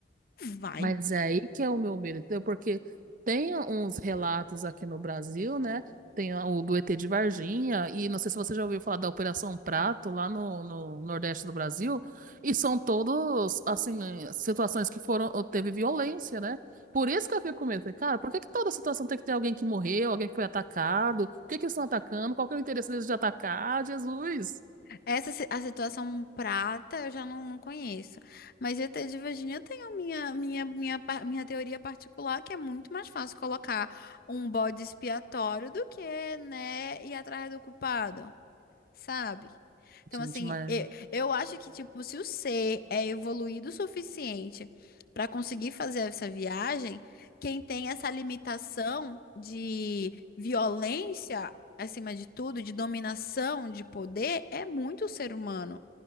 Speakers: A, on the left; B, on the right.
A: Vai.
B: Mas é aí que é o meu medo, entendeu? Porque tem uns relatos aqui no Brasil, né? Tem o do ET de Varginha, e não sei se você já ouviu falar da Operação Prato lá no, no Nordeste do Brasil, e são todos, assim, situações que foram, teve violência, né? Por isso que eu fico com medo. Falei, Cara, por que que toda situação tem que ter alguém que morreu, alguém que foi atacado? Por que que eles estão atacando? Qual que é o interesse deles de atacar? Jesus!
A: Essa si- a situação prata eu já não, não conheço. Mas ET de Virginia eu tenho minha, minha, minha, par- minha teoria particular, que é muito mais fácil colocar um bode expiatório do que, né, ir atrás do culpado sabe? Então,
B: Gente,
A: assim,
B: mas.
A: eu, eu acho que, tipo, se o ser é evoluído o suficiente para conseguir fazer essa viagem, quem tem essa limitação de violência, acima de tudo, de dominação, de poder, é muito o ser humano.